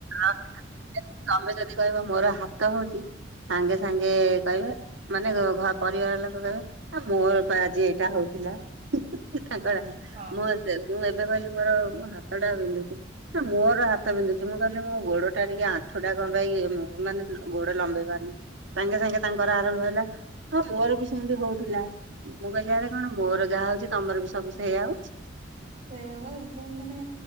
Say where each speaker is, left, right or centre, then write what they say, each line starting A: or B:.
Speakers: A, on the right (about 75°); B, on the right (about 35°).
A: ଆଉ ତମେ ଯଦି କହିବ ମୋର ହାତ ହୋଉଚି ସାଙ୍ଗେ ସାଙ୍ଗେ କହିବେ ମାନେ ରୋ-ଘ-ପରିବାର ଲୋକ କହିବେ ଆ ମୋରପା ଆଜି ଏଇଟା ହୋଉଥିଲା। <unintelligible>
B: ହଁ
A: ମୁଁ ସେ ମୁଁ ଏବେ କହିଲି ମୋର ମୋ ହାତଟା ବିନ୍ଧୁଚି ନା ମୋର ହାତ ବିନ୍ଧୁଚି ମୁଁ କ ମୋ ଗୋଡଟା ଟିକେ ଆଣ୍ଠୁଟା କଣ ପାଇଁ ମାନେ ଗୋଡ ଲମ୍ବେଇ ପାରନି ସାଙ୍ଗେ ସାଙ୍ଗେ ତାଙ୍କର ଆରମ୍ଭ ହେଲା ହଁ ମୋର ବି ସେମିତି ହୋଉଥିଲା ଉ-ମୁଁ କହିଲି ଆରେ କଣ ମୋର ଯାହା ଯାହା ହୋଉଚି ତମର ବି ସବୁ ସେଇଆ ହୋଉଚି?
B: ସେଇଆ ପା ଯୋଉ ମାନେ